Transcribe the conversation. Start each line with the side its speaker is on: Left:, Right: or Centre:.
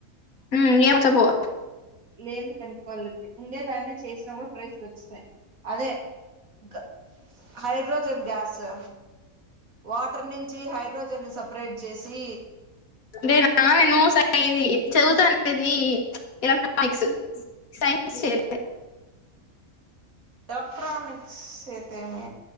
Left: హ్మ్ ఏమ్ వచా బో <unintelligible>
Right: లేన్ ది కనుకోవాలంటే ఉండే దాన్ని చేసినా కూడా ప్రైజ్ లోశ్ స్తాయి అదే గ హైడ్రోజన్ గ్యాసు వాటర్ నుంచి హైడ్రోజన్ నీ సప్ రేట్ జేసి
Left: నేనా ఆ నెను సై అవి చౌవుతం ఇది ఎల క్ట్రా నిక్స్ సైన్స్ చేయి లే
Right: ఎలెక్ట్రనిక్స్ సేస్తే ఏమి